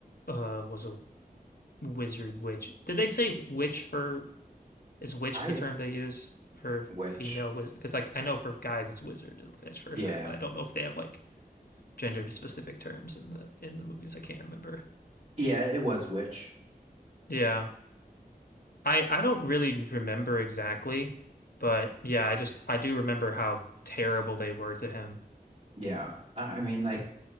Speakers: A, on the left; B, on the right.
A: uh was a wizard witch. Did they say witch for is witch
B: I
A: the term they use for
B: Witch.
A: female wizard? Because like I know for guys it's wizard witch for
B: Yeah.
A: sure, but I don't know if they have like gender specific terms in the in the movies. I can't remember.
B: Yeah, it was Witch.
A: Yeah. I I don't really remember exactly, but yeah, I just I do remember how terrible they were to him.
B: Yeah. I, I mean like